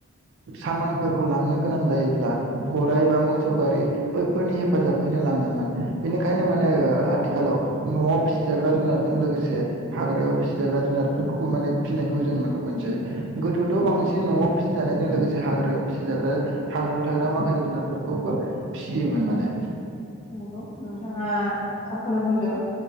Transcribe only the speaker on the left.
नंगौ नोंथाङा थारखौनो बुंदों